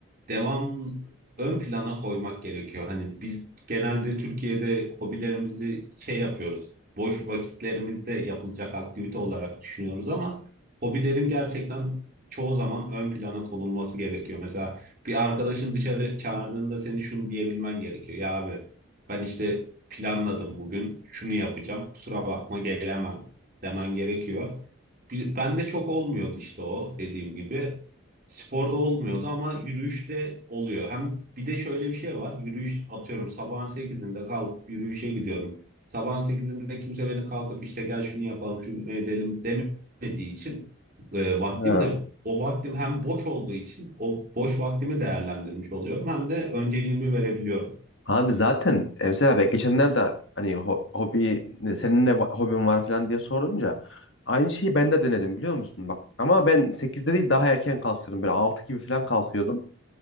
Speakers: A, on the right; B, on the left.
A: devam ön plana koymak gerekiyor. Hani biz genelde Türkiye'de hobilerimizi şey yapıyoruz. Boş vakitlerimizde yapılacak aktivite olarak düşünüyoruz ama Hobilerin gerçekten çoğu zaman ön plana konulması gerekiyor. Mesela bir arkadaşın dışarı çağırdığında seni şunu diyebilmen gerekiyor. Ya abi ben işte planladım bugün şunu yapacağım kusura bakma gelemem demen gerekiyor. Bir- Bende çok olmuyordu işte o dediğim gibi. Sporda olmuyordu ama yürüyüşte oluyor. Hem bir de şöyle bir şey var. Yürüyüş atıyorum sabahın sekizinde kalkıp yürüyüşe gidiyorum. Sabahın sekizinde kimse beni kalkıp işte gel şunu yapalım şunu edelim demiyor etmediği için e, vaktim
B: Ha.
A: de o vaktim hem boş olduğu için o boş vaktimi değerlendirmiş oluyorum hem de önceliğimi verebiliyorum.
B: Abi zaten e, mesela ben geçenlerde hani ho- hobi ne- senin ne va- hobin var falan diye sorunca aynı şeyi ben de denedim biliyor musun? Bak ama ben sekizde değil daha erken kalkıyordum. Böyle 6 gibi falan kalkıyordum.